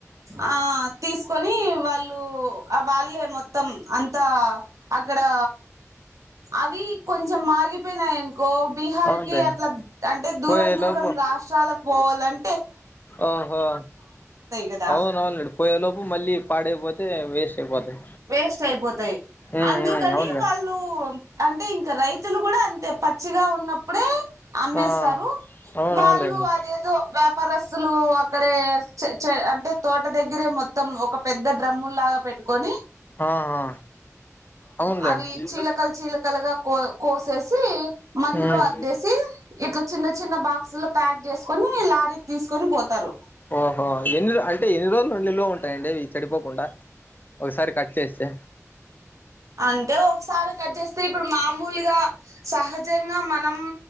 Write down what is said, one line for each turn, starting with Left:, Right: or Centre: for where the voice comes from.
Right: ఆ తీసు కొని వాళ్ళు వాళ్ళే మొత్తం అంతా అక్కడా అవి కొంచెం మాగిపోయినాయి గో బీహార్
Left: అవునులేండి
Right: కి అట్లా అంటే దూరం
Left: పోయే
Right: దూరం
Left: లోపు
Right: రాష్ట్రాలకు పోవాలం
Left: ఓహో
Right: కదా
Left: అవున అవునండి పోయేలోపు మళ్ళీ పాడైపోతే వేస్ట్ అయిపోతాయి
Right: వేస్ట్ అయిపోతాయి
Left: ఉమ్
Right: అందుకని
Left: ఉమ్ అవునులేండి
Right: వాళ్ళు అంటే ఇ ఇక రైతులు కూడా అంతే పచ్చిగా ఉన్నప్పుడే అమ్మేస్తారు
Left: ఆ అవునవునులేండి
Right: వాళ్ళు అదేదో వ ప్పరస్సులు అక్కడే అంటే చ చ తోట దగ్గరే మొత్తం ఒక పెద్ద డ్రమ్ము లాగా పెట్ కొని
Left: ఆహా అవునులేండి
Right: అవి చీలకలు చీలకలుగా కో కోసేసి మందులో
Left: ఉమ్
Right: అద్దేసి ఇట్లా చిన్న చిన్న బాక్సు లో ప్యాక్ చేసుకుని లారీకి తీసుకొని పోతారు
Left: ఓహో ఎన్ని అంటే ఎన్ని రోజులుండి లో ఉంటాయండివి చెడిపోకుండా ఒకసారి కట్ చేస్తే
Right: అంటే ఒకసారి కట్ చేస్తే ఇప్పుడు మామూలుగా సహజంగా మనం